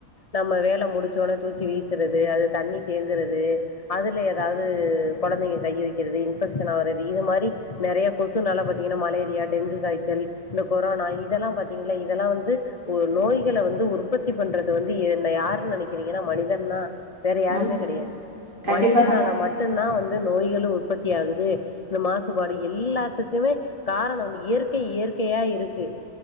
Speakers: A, on the left; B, on the right.
A: நம்ம வேலை முடிச்சோன்னே தூக்கி வீசுறது அது தண்ணி தேங்குறது அதில் ஏதாவது கொழந்தைங்க கை வைக்கிறது இன்ஃபெக்ஷன் ஆவறது இது மாரி நெறைய கொசுனால பார்த்தீங்கன்னா மலேரியா டெங்கு காய்ச்சல் இந்த கொரோனா இதெல்லா பார்த்தீங்கன்னா இதெல்லா வந்து நோய்கள வந்து உற்பத்தி பண்றது வந்து என்ன யாருன்னு நினைக்கிறீங்கன்னா மனிதன்னா வேற யாருமே
B: நம்
A: கிடையாது
B: கண்டிப்பா
A: மனிதனால
B: நம்
A: மட்டும்தா வந் நோய்களு உற்பத்தியாகுது இந்த மா சுபாடு எல்லாத்துக்குமே காரண வந்து இயற்கை இயற்கையா இருக்கு